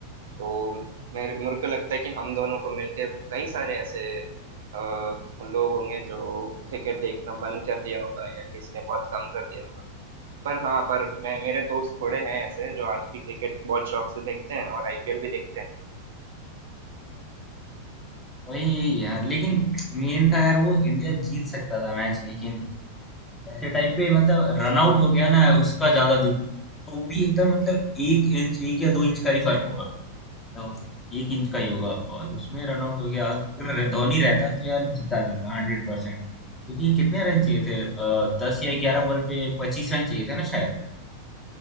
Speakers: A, on the right; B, on the left.
A: तो मेरे मेरे को लगता है कि हम दोनों को मिलकर कई सारे ऐसे अ, लोग होंगे जो क्रिकेट देखना बंद कर दिया होगा या किसने बहुत कम कर दिया होगा पर हाँ पर मैं मेरे दोस्त थोड़े हैं ऐसे जो आज भी क्रिकेट बहुत शौक से देखते हैं और आईपीएल भी देखते हैं
B: वही यार लेकिन मेन था यार वो इंडिया जीत सकता था मैच लेकिन ऐसे टाइम पे मतलब रन आउट हो गया ना उसका ज्यादा दुख वो भी एकदम मतलब एक इंच एक या दो इंच का ही फर्क होगा तो एक इंच का ही होगा और उसमें रन आउट हो गया अगर धोनी रहता तो यार जीता देता हंड्रेड परसेंट क्योंकि कितने रन चाहिए थे दस या ग्यारह बॉल पे पच्चीस रन चाहिए थे ना शायद